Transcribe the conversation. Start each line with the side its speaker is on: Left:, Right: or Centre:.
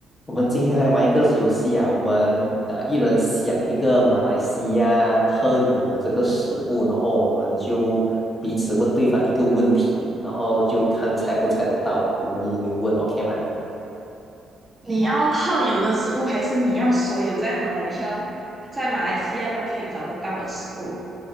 Left: 我们今天来玩一个游戏啊，我们呃一人想一个马来西亚特有的这个食物，然后我们就彼此问对方一个问题，然后就看猜不猜得到，我们轮流问，OK 吗？
Right: 你要特有的食物，还是你要所有在马来西亚、在马来西亚都可以找得到的食物？